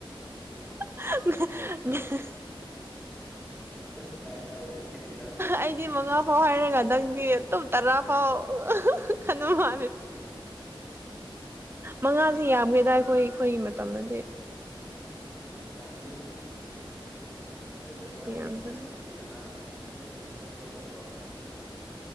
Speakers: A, on the right; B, in the centre.
A: <unintelligible>
B: ꯑꯗꯨ ꯐꯥꯏ ꯇꯧꯔꯣ ꯀꯩꯅꯣ
A: ꯑꯩꯗꯤ ꯃꯉꯥ ꯐꯥꯎ ꯍꯥꯏꯔꯒ ꯅꯪꯗꯤ ꯑꯗꯨ ꯇꯔꯥ ꯄꯥꯎ ꯈꯟꯗ ꯃꯥ ꯃꯉꯥꯁꯦ ꯌꯥꯝꯈ꯭ꯔꯦ ꯁꯤꯗ ꯑꯩꯈꯣꯏ ꯑꯩꯈꯣꯏꯒꯤ ꯃꯇꯝꯗꯗꯤ
B: ꯏꯁ ꯌꯥꯥꯟꯅꯦ ꯍ ꯑꯩ ꯖꯒꯥ ꯌꯥꯝ
A: ꯌꯥꯝꯈ꯭ꯔꯦ
B: ꯆꯥꯎꯔꯤꯁꯤꯗꯤ ꯑꯁ ꯑꯗꯨꯗ ꯈꯨꯟ ꯑꯃ ꯁꯦꯝꯈ꯭ꯔꯣ